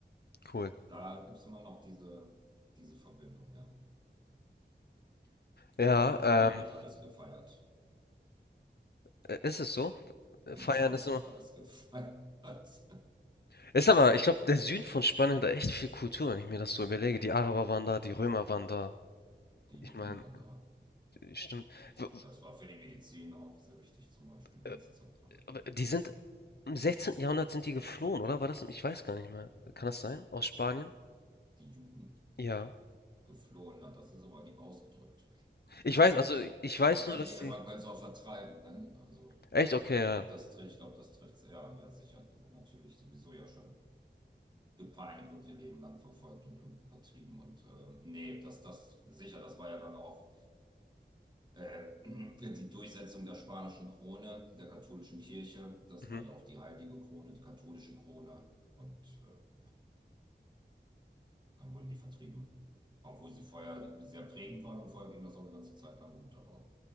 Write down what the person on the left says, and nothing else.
cool.
Ja,
ähm,
äh, ist es so?
Feiern
ist immer.
Ist aber, ich glaube, der Süden von Spanien hat da echt viel Kultur, wenn ich mir das so überlege. Die Araber waren da, die Römer waren da.
Ich
meine,
stimmt. W-
w-
äh,
aber Die sind im 16. Jahrhundert sind die geflohen, oder? War das? Ich weiß gar nicht mehr. Kann das sein? Aus Spanien?
Ja.
Ich weiß, also
ich weiß
nur, dass
die.
Echt? Okay,
ja.
Mhm.